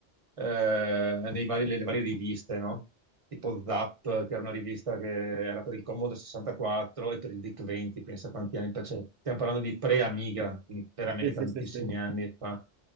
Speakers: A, on the right; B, on the right.
A: eh, nei vari- nelle varie riviste, no? tipo Zap, che era una rivista che era per il Commodore 64 e per il DIC 20, pensa quanti anni fa, cioè, stiamo parlando di pre-Amiga, quindi veramente
B: Sì,
A: tantissimi
B: sì, sì, sì.
A: anni fa.